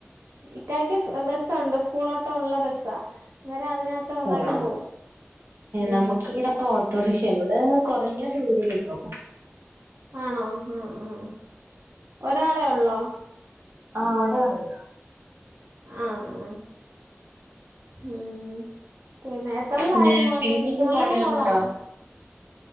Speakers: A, on the right; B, on the right.
A: ഇക്കായ്ക്ക് ബസ്സുണ്ട് സ്കൂളോട്ടോ ഉള്ള ബസ്സാ അന്നേരം അതിനകത്ത് അവന്മാരും
B: പോണോ
A: പോകവും ഉം
B: നമുക്ക് ഇവിടെ ഓട്ടോറിക്ഷ ഇവിടെ കൊറഞ്ഞ ദൂരെ ഒള്ളു
A: ആണോ ആഹ് ആഹ് ഒരാളെ ഉള്ളോ?
B: ആഹ് ഒരാളെ ഉള്ള്
A: ആഹ് ആഹ് ഉം പിന്നെ എത്രല്ലായി
B: പിന്നെ
A: മോന്
B: ഫിലിമൊക്കെ
A: മോനാണോ
B: കാണാറുണ്ടോ
A: മോളാണോ